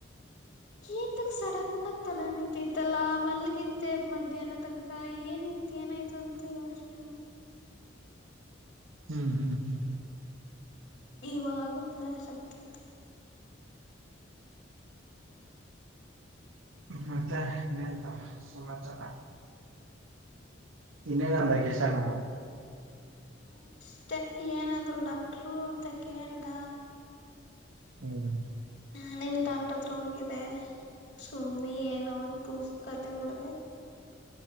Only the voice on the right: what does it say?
ಹ್ಮ್ ಹ್ಮ್ ಹ್ಮ್
ಮತ್ತೆ ಇನ್ನಂತ ಸಮಾಚಾರ ಇನ್ನ ಏನ ಅಂದ ಕಿಷನ್ನು
ಹ್ಮ್